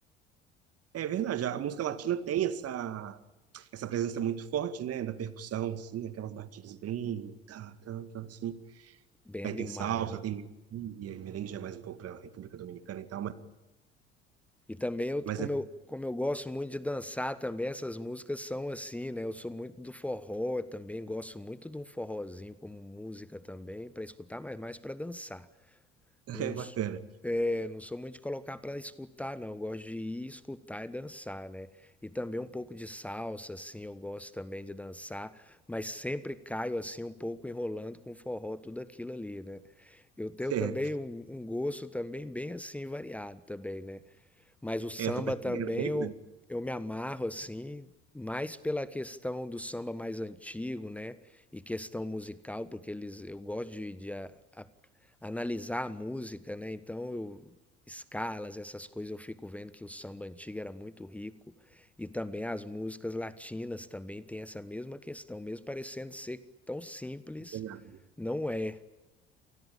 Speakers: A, on the right (about 50°); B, in the centre.
A: É verdade, a música latina tem essa, essa presença muito forte, né? Da percussão, assim, aquelas batidas bem... Tá, tá, tá, assim.
B: Bem
A: Aí
B: animado.
A: tem salsa, tem... merengue, merengue já é mais um pouco para a República Dominicana e tal, mas,
B: E também eu,
A: mas
B: como
A: é,
B: eu, como eu gosto muito de dançar também, essas músicas são assim, né? Eu sou muito do forró também, gosto muito de um forrozinho como música também, para escutar, mas mais para dançar.
A: <laughs>
B: Não,
A: é bacana.
B: s- é, não sou muito de colocar para escutar, não. Eu gosto de ir escutar e dançar, né? E também um pouco de salsa, assim, eu gosto também de dançar, mas sempre caio assim um pouco enrolando com forró, tudo aquilo ali, né? Eu tenho
A: É,
B: também um, um gosto também bem assim variado também, né? Mas o samba
A: é, eu tô percebendo,
B: também
A: bem,
B: eu, eu me amarro assim, mais pela questão do samba mais antigo, né? E questão musical, porque eles eu gosto de, de a- a- analisar a música, né? Então eu, escalas, essas coisas, eu fico vendo que o samba antigo era muito rico. E também as músicas latinas também tem essa mesma questão, mesmo parecendo ser tão simples,
A: né?
B: não é.